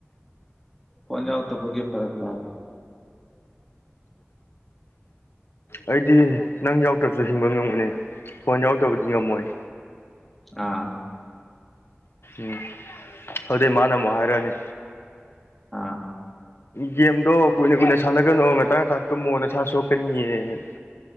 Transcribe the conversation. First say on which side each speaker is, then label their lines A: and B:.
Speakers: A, in the centre; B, on the left (about 60°).
A: ꯐꯣꯟ ꯌꯥꯎꯛꯇ ꯄꯦ ꯐꯔꯛ ꯇꯥꯔꯦ
B: ꯑꯩꯗꯤ ꯅꯪ ꯌꯥꯎꯗ꯭ꯔꯁꯨ ꯍꯤꯡꯕ ꯉꯝꯒꯅꯤ ꯐꯣꯏꯣꯟ ꯌꯥꯎ ꯠꯇꯣꯕꯨꯗꯤ ꯉꯝꯃꯣꯏ
A: ꯑꯥ
B: ꯎꯝ ꯑꯗꯨꯩ ꯃꯥꯅ ꯑꯃꯨꯛ ꯍꯥꯏꯔꯛꯑꯅꯤ
A: ꯑꯥ
B: ꯒꯦꯝꯗꯣ ꯀꯨꯏꯅ ꯀꯨꯏꯅ ꯁꯥꯟꯅꯒꯅꯨ ꯉꯇꯥꯡ ꯉ ꯇꯨꯝꯃꯣꯅꯁ ꯁꯣꯛꯀꯅꯤꯌꯦꯗꯅ